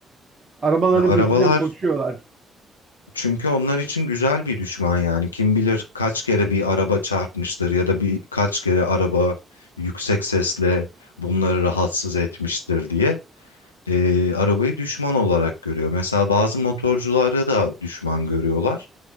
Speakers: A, on the right; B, on the left.
A: Arabaların
B: Ya arabalar
A: peşinden koşuyorlar.
B: çünkü onlar için güzel bir düşman yani. Kim bilir kaç kere bir araba çarpmıştır ya da bir kaç kere araba yüksek sesle bunları rahatsız etmiştir diye. Ee, arabayı düşman olarak görüyor. Mesela bazı motorcuları da düşman görüyorlar.